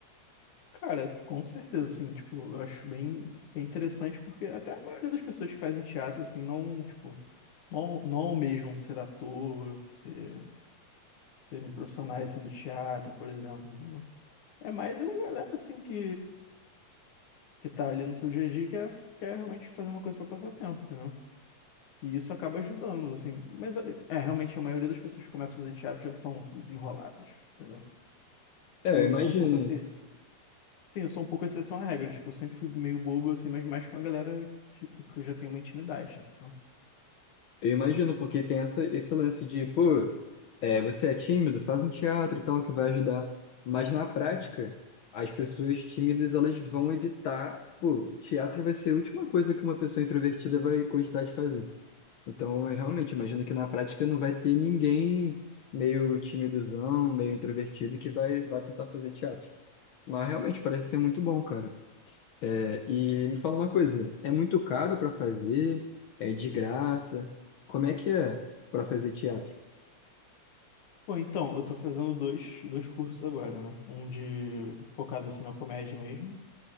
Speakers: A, on the left; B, on the left.
A: Cara, com certeza, assim, tipo, eu acho bem, bem interessante, porque até a maioria das pessoas que fazem teatro, assim, não, tipo, não, não almejam ser ator, ser, serem profissionais, assim, do teatro, por exemplo, entendeu? É mais a galera, assim, que, que tá ali no seu dia a dia, que quer, quer realmente fazer uma coisa pra passar tempo, entendeu? E isso acaba ajudando, assim. Mas, é, realmente, a maioria das pessoas que começam a fazer teatro já são, assim, desenroladas, entendeu?
B: É,
A: Eu
B: eu imagino.
A: sou um pouco assim, Sim, eu sou um pouco exceção à regra. Tipo, eu sempre fui meio bobo, assim, mas mais com a galera, tipo, que eu já tenho uma intimidade, então.
B: Eu imagino, porque tem essa, esse lance de, pô, é, você é tímido, faz um teatro e tal, que vai ajudar. Mas na prática,
A: Uhum.
B: as pessoas tímidas, elas vão evitar, pô, o teatro vai ser a última coisa que uma pessoa introvertida vai cogitar de fazer. Então, eu realmente imagino que na prática não vai ter ninguém meio timidozão, meio introvertido que vai, vai tentar fazer teatro. Mas realmente parece ser muito bom, cara. É, e me fala uma coisa, é muito caro para fazer? É de graça? Como é que é para fazer teatro?
A: Pô, então, eu tô fazendo dois, dois cursos agora, né? Um de focado, assim, na comédia mesmo.